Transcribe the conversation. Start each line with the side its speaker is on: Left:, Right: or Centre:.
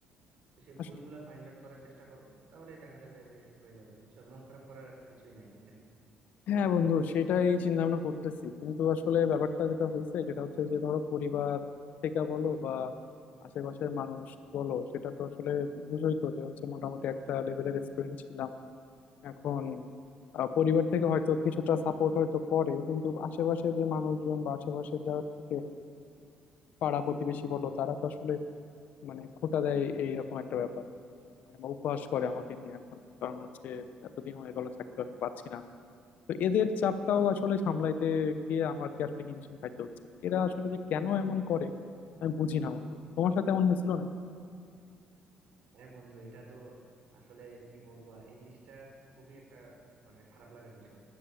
Right: তো সেই
Left: আসলে
Right: ভুলগুলা ফাইন্ড আউট করার চেষ্টা করো তাহলে দেখা যাবে যে হয়ে যাবে বুঝছো মন খারাপ করার আর কিছুই নাই এখানে
Left: হ্যাঁ বন্ধু সেটাই চিন্তা ভাবনা করতেছি কিন্তু আসলে ব্যাপারটা যেটা হয়েছে সেটা হচ্ছে যে ধরো পরিবার থেকে বলো বা আশেপাশের মানুষ বলো সেটা তো আসলে বুঝোই তো যে হচ্ছে মোটামুটি একটা লেভেলের এক্সপিরিয়েন্স ছিলাম এখন আহ, পরিবার থেকে হয়তো কিছুটা সাপোর্ট হয়তো করে কিন্তু আশেপাশে যে মানুষজন বা আশেপাশে যারা থাকে পাড়া প্রতিবেশী বলো তারা তো আসলে মানে খোঁটা দেয় এইরকম একটা ব্যাপার মানে উপহাস করে আমাকে নিয়ে এখন কারণ হচ্ছে এতদিন হয়ে গেল থাকতে পারতে পারছি না তো এদের চাপটাও আসলে সামলাইতে গিয়ে আমাকে আসলে হিমশিম খাইতে হচ্ছে এরা আসলে যে কেন এমন করে আমি বুঝি না বন্ধু তোমার সাথে এমন হয়েছিল না
Right: হ্যাঁ বন্ধু এটা তো আসলে কি বলবো আর এই জিনিসটা খুবই একটা মানে খারাপ লাগার বিষয়